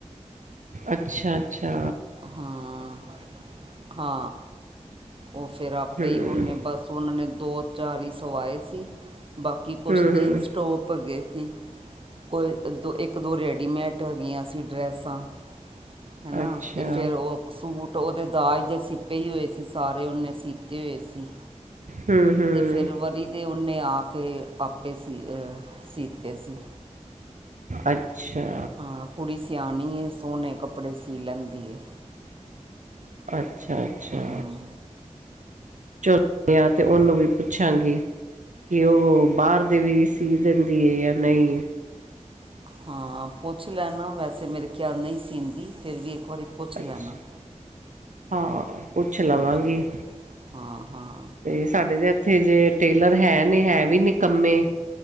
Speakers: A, on the right (about 80°); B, on the right (about 45°).
A: ਅੱਛਾ-ਅੱਛਾ
B: ਹਾਂ-ਹਾਂ ਓ ਫੇਰ ਆਪੇ
A: ਹਮ
B: ਈ ਉਨੇ ਬਸ। ਸੋ ਉਨਾਂ ਨੇ ਦੋ-ਚਾਰ ਈ ਸਵਾਏ ਸੀ ਬਾਕੀ ਕੁੱਛ
A: ਹਮ
B: ਜੀਨਸ
A: ਹਮ
B: ਟੋਪ ਹੈਗੇ ਸੀ। ਕੋਈ ਦੋ ਇੱਕ ਦੋ ਰੇਡੀਮੇਟ ਹੈਗੀਆਂ ਸੀ ਡਰੈਸਾਂ ਹੈਨਾ।
A: ਅੱਛਾ
B: <unintelligible> ਸੂਟ ਓਦੇ ਦਾਜ ਦੇ ਸਿੱਟੇ ਈ ਹੋਏ ਸੀ ਸਾਰੇ ਉਨੇ ਸੀਤੇ ਹੋਏ ਸੀ।
A: ਹਮ ਹਮ
B: ਤੇ ਫਿਰ ਵਰੀ ਦੇ ਓਨੇ ਆ ਕੇ ਆਪੇ ਸੀ ਸੀਤੇ ਸੀ।
A: ਅੱਛਾ।
B: ਹਾਂ ਕੁੜੀ ਸਿਆਣੀ ਏ ਸੋਣੇ ਕਪੜੇ ਸੀ ਲੈਂਦੀ ਏ
A: ਅੱਛਾ-ਅੱਛਾ
B: ਹੂੰ
A: <unintelligible> ਆ ਅਤੇ ਉਨੂੰ ਵੀ ਪੁੱਛਾਂਗੀ ਕੀ ਓਵੋ ਬਾਰ ਦੇ ਵੀ ਸੀ ਦਿੰਦੀ ਐ ਯਾਂ ਨਈ।
B: ਹਾਂ ਪੁੱਛ ਲੈਣਾ ਵੈਸੇ ਮੇਰੇ ਖਿਆਲ ਨਈ ਸੀਂਦੀ ਫਿਰ ਵੀ ਇੱਕ ਵਾਰੀ ਪੁੱਛ
A: ਅੱਛਾ
B: ਲੈਣਾ।
A: ਹਾਂ ਪੁੱਛ ਲਵਾਂਗੀ
B: ਹਾਂ ਹਾਂ ਹਾਂ
A: ਤੇ ਸਾਡੇ ਜ ਇੱਥੇ ਜੇ ਟੇਲਰ ਹੈ ਨੇ ਹੈ ਵੀ ਨੀਕੰਮੇ